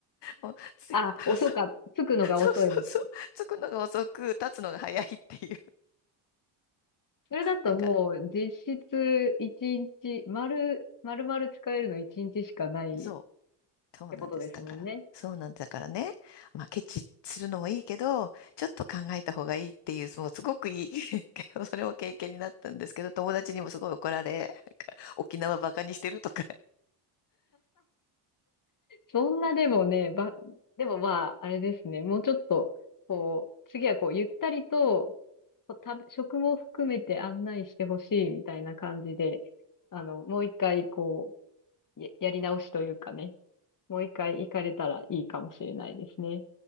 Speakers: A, on the left; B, on the left.
A: もうつい、
B: あ、
A: <laughs>
B: 遅かった。着くのが遅いみたいな。
A: そうそうそうそう、着くのが遅く、立つのが早いっていう。
B: それだともう実質一日、
A: だから
B: 丸、丸々使えるの一日しかないっ
A: そう、そうなんです。
B: てことですもんね。
A: だから、そうなんだからね、まあ、ケチするのもいいけど、ちょっと考えた方がいいっていう、もうすごくいい <laughs> それも経験になったんですけど、友達にもすごい怒られ、なんか沖縄バカにしてるとか
B: そんなでもね、ば、でもまあ、あれですね。もうちょっと、こう、次はこう、ゆったりと、こう食べ食も含めて案内してほしいみたいな感じで、あの、もう一回、こう、や、やり直しというかね、もう一回行かれたらいいかもしれないですね。